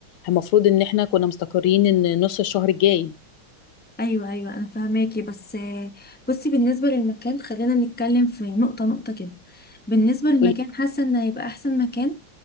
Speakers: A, on the left (about 90°); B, on the left (about 15°).
A: المفروض ان احنا كنا مستقرين ان نص الشهر الجاي
B: ايوه ايوه انا فاهماكي بس آه، بصي بالنسبة للمكان خلينا نتكلم في نقطة نقطة كده بالنسبة للمكان
A: قولي
B: حاسة ان هيبقى احسن مكان